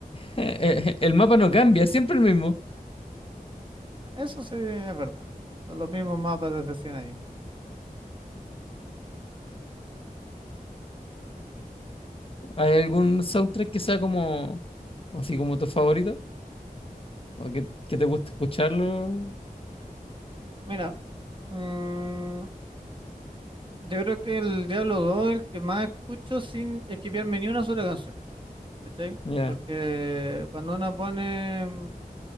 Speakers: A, on the left; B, on the right.
A: eh, eh, el mapa no cambia, es siempre el mismo.
B: Eso sí es verdad. Son los mismos mapas desde cien años.
A: ¿Hay algún soundtrack que sea como, así como tu favorito? ¿O que, que te gusta escucharlo?
B: Mira, mm, yo creo que el Diablo 2 es el que más escucho sin esquipearme ni una sola canción. ¿Cachai?
A: Ya,
B: Porque cuando uno pone